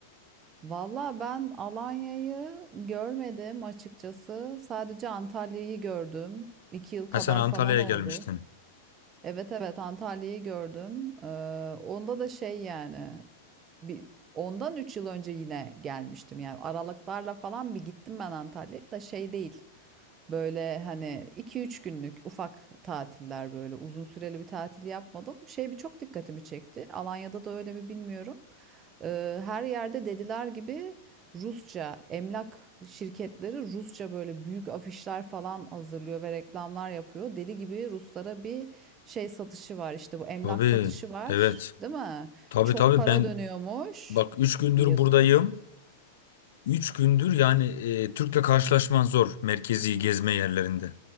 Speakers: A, on the right; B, on the left.
A: valla ben Alanya'yı görmedim açıkçası. Sadece Antalya'yı gördüm. İki yıl kadar
B: Ha sen Antalya'ya
A: falan oldu.
B: gelmiştin.
A: Evet evet Antalya'yı gördüm. Ee, onda da şey yani bir, ondan 3 yıl önce yine gelmiştim. Yani aralıklarla falan bir gittim ben Antalya'ya da şey değil. Böyle hani 2-3 günlük ufak tatiller böyle uzun süreli bir tatil yapmadım. Şey bir çok dikkatimi çekti. Alanya'da da öyle mi bilmiyorum. Ee, her yerde dediler gibi Rusça emlak şirketleri Rusça böyle büyük afişler falan hazırlıyor ve reklamlar yapıyor. Deli gibi Ruslara bir şey satışı var işte bu emlak
B: Tabii,
A: satışı var,
B: evet.
A: değil mi?
B: Tabii
A: Çok
B: tabii
A: para
B: ben
A: dönüyormuş
B: bak 3 gündür
A: diye
B: buradayım.
A: duydum.
B: 3 gündür yani e, Türk'le karşılaşman zor merkezi gezme yerlerinde.